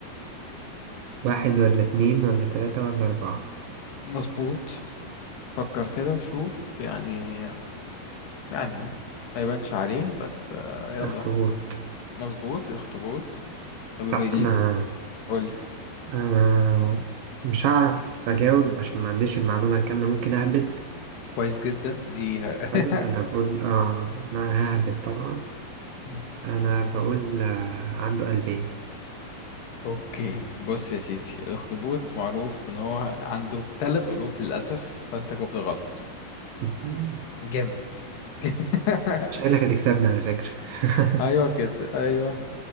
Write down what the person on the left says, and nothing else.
مظبوط فكر كده وشوف يعني يعني ما يبانش عليه بس آه، يلا
مظبوط الأخطبوط طب
يبقى-
قولي
كويس جدا دي ه- <laughs>
مم.
اوكي بص يا سيدي الاخطبوط معروف ان هو عنده ثلاث قلوب للاسف فانت جاوبت غلط
جامد <laughs>
ايوه كده ايوه